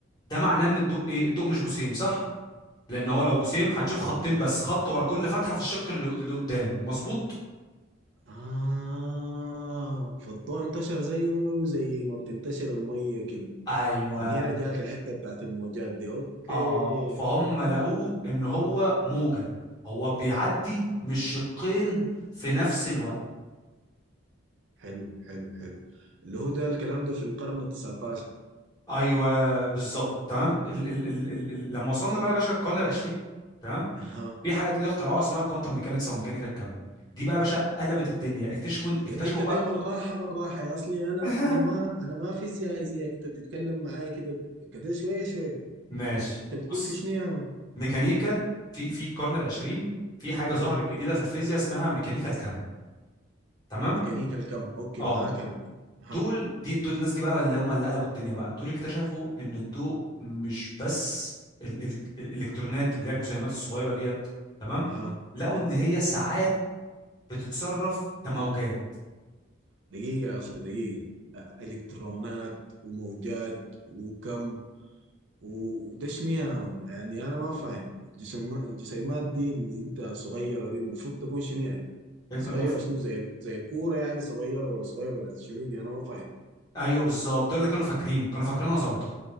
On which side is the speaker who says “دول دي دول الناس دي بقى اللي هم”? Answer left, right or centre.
Left